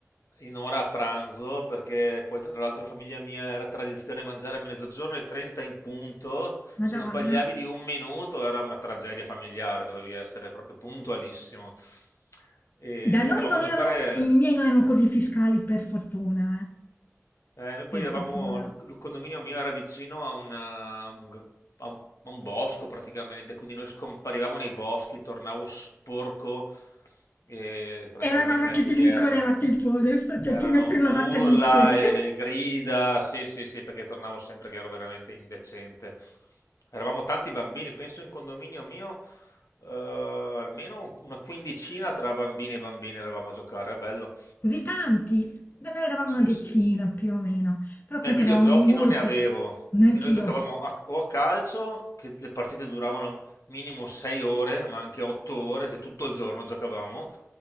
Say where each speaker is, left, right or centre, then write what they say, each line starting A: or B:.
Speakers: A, on the left; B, on the left.
A: in ora a pranzo, perché poi tra l'altro in famiglia mia era tradizione mangiare a mezzogiorno e 30 in punto,
B: Madonna.
A: se sbagliavi di un minuto era una tragedia familiare, dovevi essere proprio puntualissimo. E
B: Da noi
A: andavamo
B: non
A: a
B: erano,
A: giocare
B: i miei non erano così fiscali, per fortuna, eh.
A: Eh, noi poi
B: Per fortuna.
A: avevamo, il condominio mio era vicino a, una- a un, a un- a un bosco praticamente, quindi noi scomparivamo nei boschi, tornavo sporco e praticamente
B: È la mamma
A: anche
B: che ti
A: lì
B: rincorreva
A: erano,
B: tipo adesso cioè,
A: erano
B: ti metto in lavatrice.
A: urla e grida, sì sì sì, perché tornavo sempre che ero veramente indecente. Eravamo tanti bambini, penso in condominio mio eh, almeno una quindicina tra bambini e bambine eravamo a giocare, è bello.
B: <laughs> così tanti. Noi eravamo
A: Sì,
B: una decina
A: sì, sì.
B: più o meno, però comunque
A: Eh, videogiochi
B: eravamo molto,
A: non ne avevo,
B: neanch'io,
A: quindi noi giocavamo a- o a calcio, che le partite duravano minimo 6 ore, ma anche 8 ore, se tutto il giorno giocavamo,